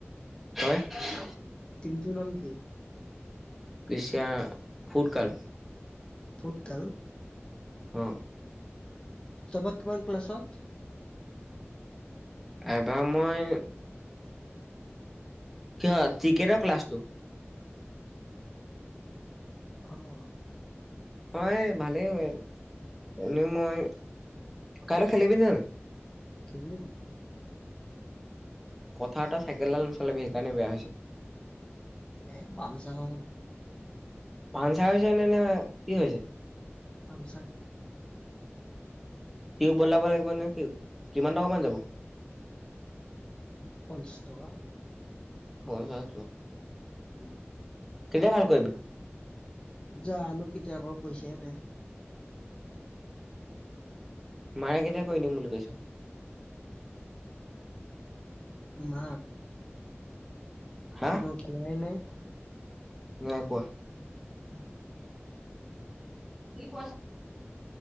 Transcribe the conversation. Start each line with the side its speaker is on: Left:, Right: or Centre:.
Centre: তই?
Left: টীম টোৰ নাম কি?
Centre: কৃষিয়া ফুট কাৰ্ল।
Left: ফুটকাল?
Centre: অ।
Left: তমক মান ক্লাছত।
Centre: এবাৰ মই কিয় ত্ৰিকেটৰ ক্লাছটো?
Left: অহ।
Centre: হয় ভালেই হয় আৰু এনে মই কাইলৈ খেলিবি নে যাবি?
Left: খেললিম।
Centre: কথা এটা চাইকেল ডাল নচলাবি সেইকাৰণে বেয়া হৈছে।
Left: এ পামচা হৈ গ'ল।
Centre: পানছাৰ হৈছে নে নে কি হৈছে?
Left: পামচাৰ।
Centre: টিও বদলাব লাগিব নেকি? কিমান টকা মান যাব।
Left: পঞ্চাশ টকা
Centre: হৈ হৈ
Left: উম
Centre: কেতিয়া ভাল কৰিবি।
Left: যানো কেতিয়া কৰোঁ পইচাই নাই।
Centre: মাৰে কেটিয়া কৰি দিম বুলি কৈছে
Left: মাগ
Centre: হা
Left: মই কোৱাই নাই।
Centre: নাই কোৱা।
Left: হয় <unintelligible>
Centre: উম